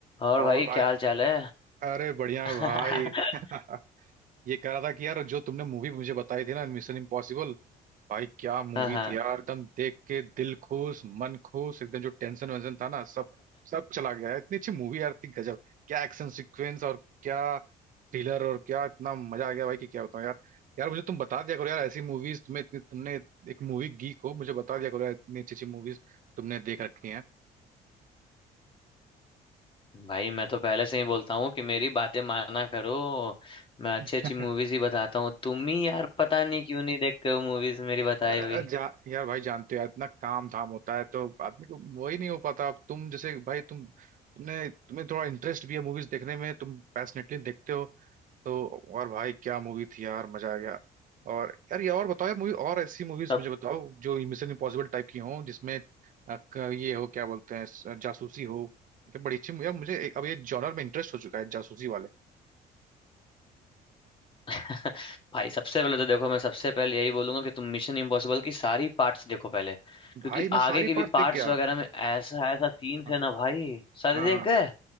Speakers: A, on the left; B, on the right.
A: और
B: और
A: भाई
B: भाई
A: क्या हाल चाल है
B: अरे बढ़िया
A: <laughs>
B: भाई <laughs> ये कह रहा था कि यार जो तुमने मूवी मुझे बताई थी ना मिशन इम्पॉसिबल भाई क्या मूवी
A: हाँ हाँ
B: थी यार एकदम देख के दिल खुश मन खुश एकदम जो टेंशन वेंशन था ना सब सब चला गया यार। इतनी अच्छी मूवी यार थी गजब क्या एक्शन सीक्वेंस और क्या थ्रिलर और क्या इतना मजा आ गया भाई कि क्या बताऊं यार यार मुझे तुम बता दिया करो यार ऐसी मूवीज तुम्हें इतनी- तुमने एक मूवी गीक हो मुझे बता दिया करो यार इतनी अच्छी अच्छी मूवीज तुमने देख रखी हैं
A: <laughs> भाई मैं तो पहले से ही बोलता हूँ कि मेरी बातें माना करो मैं अच्छी
B: <laughs>
A: अच्छी मूवीज ही बताता हूँ तुम ही यार पता नहीं क्यों नहीं देखते हो मूवीज मेरी बताई
B: यार
A: हुई
B: जा यार भाई जानते हो यार इतना काम धाम होता है तो आदमी को वही नहीं हो पाता अब तुम जैसे भाई तुम तुमने तुम्हें थोड़ा इंटरेस्ट भी है मूवीज देखने में तुम पैशनेटली देखते हो तो और भाई क्या मूवी थी यार मजा आ गया और यार ये और बताओ यार मूवी और ऐसी मूवीज
A: सब
B: मुझे बताओ जो मिशन इम्पॉसिबल टाइप की हो जिसमें अ, क- ये हो क्या बोलते हैं स- जासूसी हो ये बड़ी अच्छी यार मुझे एक- अब ये जॉनर में इंटरेस्ट हो चुका है जासूसी वाले
A: <laughs> भाई सबसे पहले तो देखो मैं सबसे पहले यही बोलूंगा कि तुम मिशन इम्पॉसिबल की सारी पार्ट्स देखो पहले क्योंकि
B: भाई मैं
A: आगे
B: सारी
A: की भी
B: पार्ट देख
A: पार्ट्स
B: गया
A: वगैरह में ऐसा ऐसा सीन्स
B: हाँ
A: है ना भाई सारे
B: हाँ
A: देख
B: हाँ।
A: गए